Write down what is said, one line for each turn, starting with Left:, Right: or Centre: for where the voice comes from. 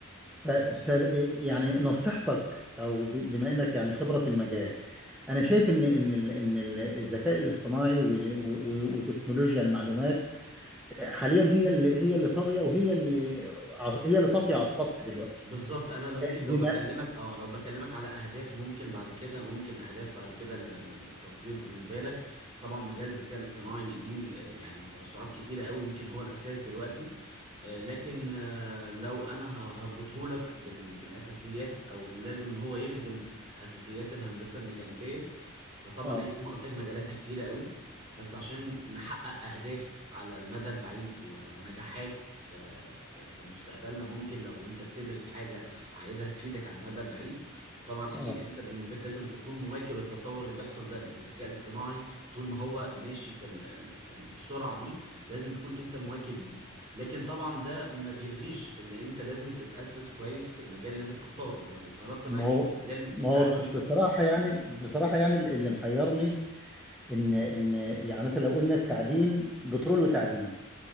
Centre: ف...
Right: كويس
Centre: ف... يعني نصيحتك او ب... بما انك يعني خبرة في المجال انا شايف ان ان ال... ان ال- الذكاء الاصطناعي وال... و... و... وتكنولوجيا المعلومات آه، حاليا هي اللي هي اللي طاغية وهي اللي عز- هي اللي طافية على السطح دلوقتي
Right: بالظبط انا لو ممكن
Centre: آه، بما
Right: لو بكلمك اه لو بكلمك على اهداف ممكن بعد كده ممكن اهداف بعد كده ال- ال- التطوير بالنسبه لك طبعا مجال الذكاء الاصطناعي ليه آه، يعني توسعات كتيره قوي يمكن هو الاساس دلوقتي آه، لكن آه، لو انا ه- هربطهولك بال- بالاساسيات او لازم هو يخدم اساسيات الهندسه الميكانيكيه فطبعا
Centre: اه
Right: هي زي ما قلت لك مجالاتها كتيره قوي بس عشان نحقق اهداف على المدى البعيد و- ونجاحات في في في مستقبلنا ممكن لو انت بتدرس حاجه عايزها تفيدك على المدى البعيد وطبعا اكيد
Centre: اه
Right: انت بالنسبه لك لازم تكون مواكب التطور اللي بيحصل ده لأن الذكاء الاصطناعي طول ما هو ماشي في ال- ال- في ال- بالسرعه دي لازم تكون انت مواكب ليه لكن طبعا ده ما بيلغيش اللي انت لازم تتأسس كويس في المجال اللي انت بتختاره ولو فرضت معاك
Centre: ما هو
Right: مجال
Centre: ما
Right: التعدين
Centre: هو بصراحة يعني بصراحة يعني اللي محيرني ان ان يعني مثلا لو قلنا التعدين بترول وتعدين